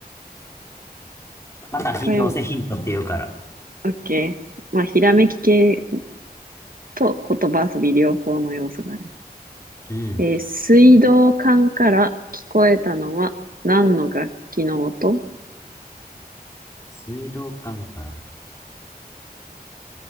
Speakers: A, on the left; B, on the right.
A: またひ、
B: これも、
A: どうせヒントって言うから。
B: OK。まあ、ひらめき系と言葉遊び両方の要素がある。
A: うん。
B: えー水道管から聞こえたのは何の楽器の音
A: 水道管から、